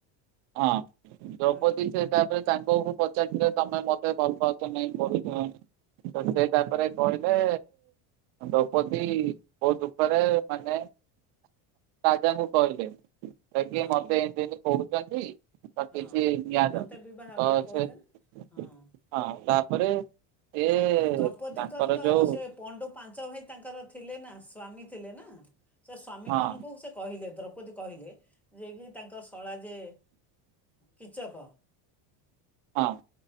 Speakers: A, on the right; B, in the centre.
A: ହଁ ଦ୍ରୌପଦୀ
B: ହୁଁ
A: ସେ ତାପରେ ସାଙ୍ଗକୁ ପଚାରିଥିଲେ ତମେ ମତେ ଭଲ ପାଉଛ ନାଇଁ କହି। ହଁ ତ ସେ ତାପରେ କହିଲେ। ଦୌପଦୀ ବହୁତୁ ଉପରେ ମାନେ, ରାଜାଙ୍କୁ କହିଲେ ଆଜ୍ଞେ
B: ହଁ
A: ମତେ ଏମିତି ଏମତି କହୁଛନ୍ତି। ତ
B: ହଁ
A: କିଛି ନିଆଯାଉ
B: ମୋତେ ବିବାହ
A: ତ
B: ପାଇଁ
A: ଅଛ
B: କହୁଛନ୍ତି
A: <inaudible>
B: ହଁ
A: ହଁ ତାପରେ ଏ
B: ଦ୍ରୌପଦୀଙ୍କର
A: ତାଙ୍କର
B: ତ
A: ଯୋଉ
B: ସେ ପଣ୍ଡୁ ପାଞ୍ଚ ଭାଇ ତାଙ୍କର ଥିଲେ ନା ସ୍ଵାମୀ ଥିଲେ ନା। ସେ ସ୍ୱାମୀମାନଙ୍କୁ
A: ହଁ
B: ସେ କହିଲେ ଦ୍ରୌପଦୀ କହିଲେ ଯେ କି ତାଙ୍କ ଶଳା ଯେ କିଚକ।
A: ହଁ।